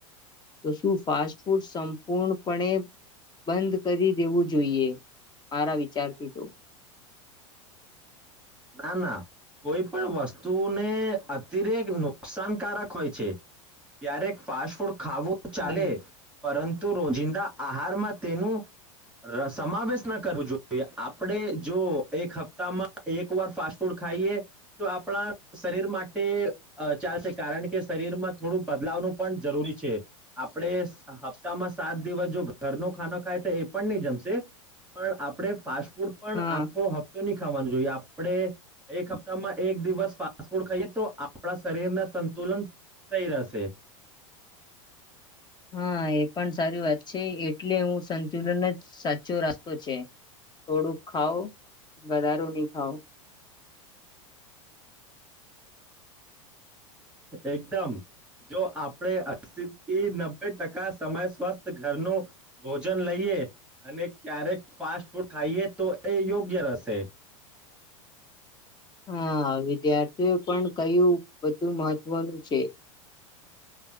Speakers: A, on the left (about 25°); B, in the centre.
A: તો શું ફાસ્ટ ફૂડ સંપૂર્ણપણે બંધ કરી દેવું જોઈએ મારા વિચારથી તો.
B: ના ના કોઈ પણ વસ્તુને અતિરેક નુકસાનકારક હોય છે, ક્યારેક ફાસ્ટ ફૂડ ખાવું ચાલે
A: હમ
B: પરંતુ રોજિંદા આહારમાં તેનું સમાવેશ ના કરવું જોઈએ આપણે જો એક હપ્તામાં એક વાર ફાસ્ટ ફૂડ ખાઈએ તો આપણા શરીર માટે ચાલશે કારણ કે શરીરમાં થોડું બદલાવનું પણ જરૂરી, છે આપણે હપ્તામાં સાત દિવસ જો ઘરનો ખાનો ખાય તો એ પણ નહી જમશે પણ આપણે ફાસ્ટડ આખો
A: હા
B: હપ્તો <unintelligible> આપણે એક હપ્તામાં એક દિવસ ફાસ્ટ ફૂડ ખાઈએ તો આપણા શરીર ના સંતુલન સહી રહેશે.
A: હા એ પણ સારી વાત છે, એટલે હું સંતુલન જ સાચો રાસ્તો છે, થોડુંક ખઉ વધારો નહી ખાવ.
B: એકદમ જો આપણે અસી થી નબ્બે ટકા સમય સ્વસ્થ ઘરનું ભોજન લઈએ, અનેક્યારેક ફાસ્ટ ફૂડ ખાઈએ તો એ યોગ્ય રહેશે.
A: હા વિદ્યાર્થી એ પણ કયું બધું મહત્વનું છે.